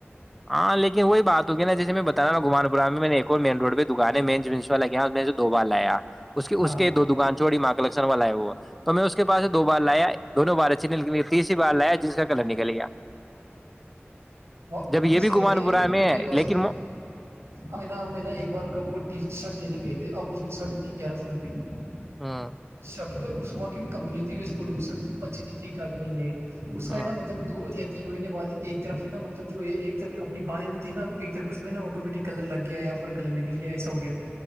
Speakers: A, in the centre; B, on the right.
A: ہاں لیکن وہی بات ہوی نا جیسے میں بتا نا گم پورا میں نے ایک اور مین روڈ پہ دکان ہے مین جوا ل گیا میں سے دو بار لایا اس کے
B: ہاں
A: اس کے دو دکان چوڑی مانگ کشن والا ہے وہ تو میں اس کے پا دو بار لایا دونوں بار اچھی ن تیسری بار لایا جس کا کلر نکلے گیا
B: واپس
A: جب یہ بھی
B: گرے
A: گمان
B: تے
A: پورہ میں
B: میری
A: ہے
B: باتس
A: لیکن ہوں
B: ہ نا نا ایک بار وہ ٹی شرٹ لینے گئی تھی از نے سٹ تھی گیارہ سو روپیئے
A: ہاں <unintelligible>
B: شرٹ سوا کی بھی کمپنی تھی اس پولو کی شرٹ تھی وہ اچھی تھی چیٹ آ کے بول یہ اس کا
A: ہوں
B: ہی نا مطلب د تین مہینے بعد ایک طرف ہے نا مطلب جو ایک طرف اپنی بائیں ہوتی ہے نا اس میں آٹومیٹ کلر لگا گیا یا پھر کلر نکل گیا ایسا ہو گیا وہ